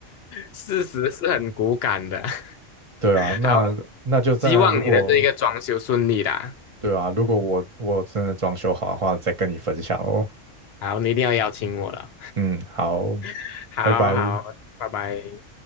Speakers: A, on the left (about 65°); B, on the right (about 35°).
A: 事实是很骨感的。<laughs>
B: 对啊，那那就在如果
A: 好，希望你的这一个装修顺利啦。
B: 对啊，如果我我真的装修好的话，再跟你分享哦。
A: 好，你一定要邀请我了。
B: 嗯，好，
A: <laughs> 好好，
B: 拜拜。
A: 拜拜。